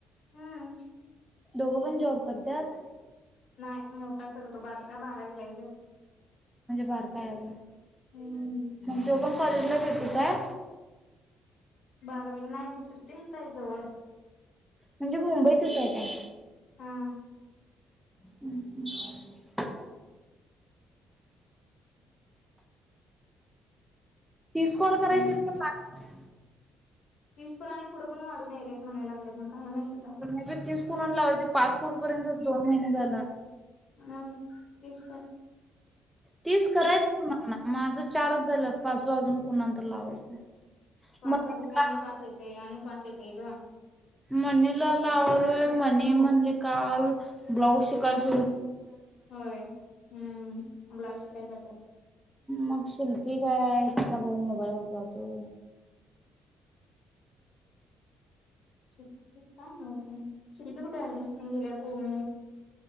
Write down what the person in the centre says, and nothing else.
दोघं पण जॉब करत्यात.
फार काय अजून
मग तो पण कॉलेजलाच येतोच आहे.
म्हणजे मुंबईतच आहे काय?
हम्म हम् तीस कॉल करायची
पाच.
मे बी तीस कुणाला लावायचे पाच कुरपर्यंत दोन महिने झाला
तीस करायच कोणा ना माझं चारच झालं पाचवा अजून कुणांतर लावायचं
मनीला
मनीला लावलोय मनी म्हंटली काल ब्लाऊज शिकयच
मग शिल्पी काय आहे तिचा भाऊ मोबाईल होऊन जातोय.